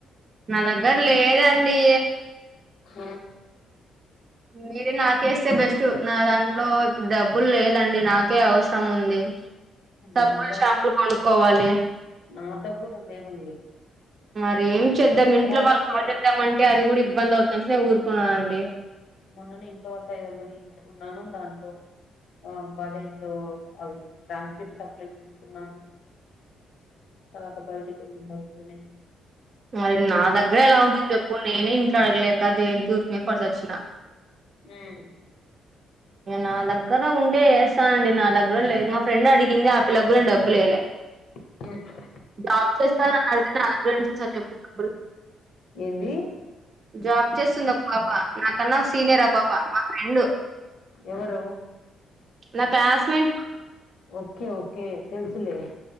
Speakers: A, on the right; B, on the left.
A: నా దగ్గర లేదండి
B: హ
A: మీరు నాకేస్తే బెస్ట్ నా దాంట్లో ఇప్పుడు డబ్బులు లేదండి నాకే అవసరం ఉంది సబ్బులు
B: నామ <unintelligible> ద
A: షాంపులు
B: కూడా
A: కొనుక్కోవాలి
B: నామద కూడా లేవండి
A: <unintelligible> చేద్దం ఇంట్లో
B: మొన్ననే
A: వాళ్ళు కాల్ చేద్దామంటే అది కూడా ఇబ్బంది అవు మంచిదని ఊరుకున్నానండి
B: మొన్నని ఇంట్లో వాళ్తోంఐదు వందలు ఎంచుకున్నాను దాంట్లో ఆ కాలేజీ లో అవి ట్రాన్స్క్రిప్ట్ అప్లై చేసుకున్నాను తర్వాత బయటికి వెళ్ళిండు అయిపోయినాయి
A: మరి నా దగ్గర ఎలా ఉంటుంది చెప్పు నేనే తలగ లేెక దేనికి పేపర్స్ వచ్చిన
B: ఉమ్,
A: నా దగ్గర ఉంటే ఏస్తాండి నా దగ్గర లేదు మా ఫ్రెండ్ అడిగింది ఆ పిల్ల గూడ డబ్బులు ఎలే
B: <unintelligible>
A: జాబ్ చేస్తాను అని అడిగితే న అ సరె చెప్పు
B: ఏంది
A: జాబ్ చేస్తుంది ఒక్ పాప నాకన్నా సీనియర్ ఆ పాప మా ఫ్రెండ్
B: ఎవరు
A: నా క్లాస్మేట్
B: ఓకె ఓకె తెలుసులే